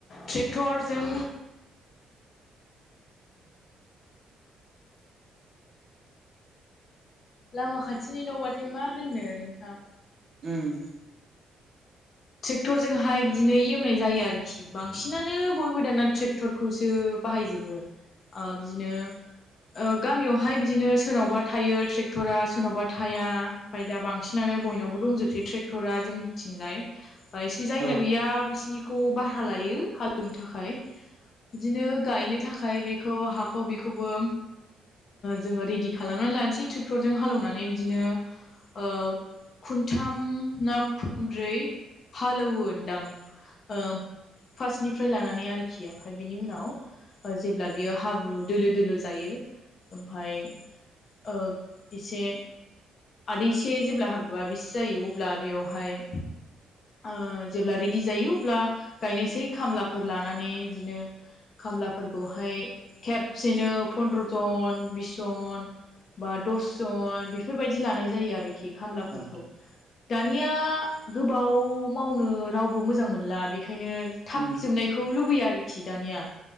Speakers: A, on the left (about 50°); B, on the right (about 50°).
A: ट्रेक्टरजों लामा खाथिनि न'बाथाय मा होननो नोंथां
B: उम
A: ट्रेक्टरजोंहाय बिदिनो एवनाय जायो आरोखि बांसिनानो बयबो दाना ट्रेक्टर खौसो बाहायजोबो बिदिनो गामियावहाय बिदिनो सोरनावबा थायो ट्रेक्टरा सोरनावबा थाया ओमफ्राय दा बांसिनानो बयनावबो दंजोबसै ट्रेक्टरा जोंनिथिंजाय बा एसे जायना
B: औ
A: गैया बिसिोरनिखौ भारा लायो हालेवनो थाखाय। बिदिनो गायनो थाखाय बेखौ हाखौ बेखौबो जोङो रेडि खालामनानै लानोसै ट्रेक्टरजों हालेवनानै बिदिनो ओ खन्थाम ना खनब्रै हालेवोनोदां फार्स्टनिफ्राय लानानै आरोखि ओमफ्राय बिनि उनाव जेब्ला बियो हाब्रु दोलो दोलो जायो ओमफाय ओ एसे आदैसे जेब्ला हाब्रुवा बिसे जायो अब्ला बेयावहाय ओ जेब्ला रेडि जायो अब्ला गायनोसै खामलाफोर लानानै बिदिनो खामलाफोरखौहाय खेबसेनो फनद्रजन बिस जन बा दसजन बेफोरबायदि लानाय जायो आरोखि खामलाफोरखौ
B: औ
A: दानिया गोबाव मावनो रावबो मोजां मोनला बेखायनो थाब
B: उम
A: जोबनायखौ लुबैयो आरोखि दानिया